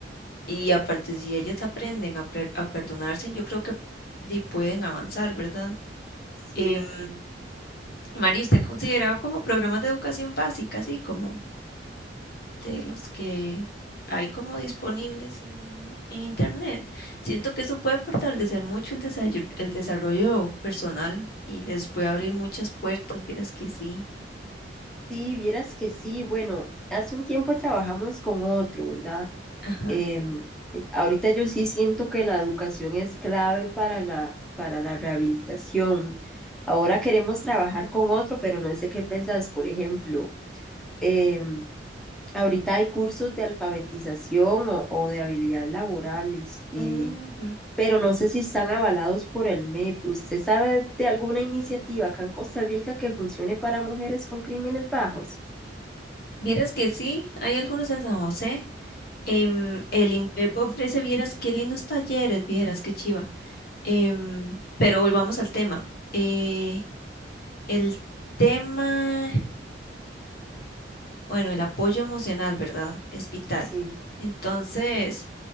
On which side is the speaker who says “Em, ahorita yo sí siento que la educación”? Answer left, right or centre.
Centre